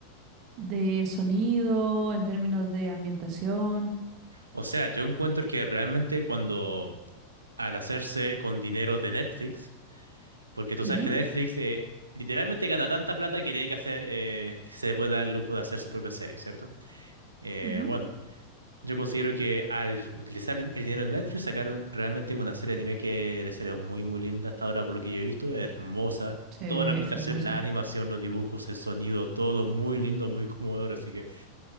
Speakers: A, on the right; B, on the right.
A: de sonido, en términos de ambientación.
B: O sea, yo encuentro que realmente cuando al hacerse con dinero de Netflix, porque tú
A: Ujú,
B: sabes que Netflix eh, literalmente gana tanta plata que tiene que hacer, eh, que se puede dar el lujo de hacer su propia serie, ¿cierto? Eh,
A: ujú.
B: bueno, Yo considero que al utilizar el el dinero de Netflix sacaron realmente una serie de anime que la serie muy muy linda hasta ahora por lo que yo he visto, hermosa,
A: Sí, es
B: toda la ambientación,
A: hermoso.
B: la animación, los dibujos, el sonido, todo muy lindo, muy conmovedor, así que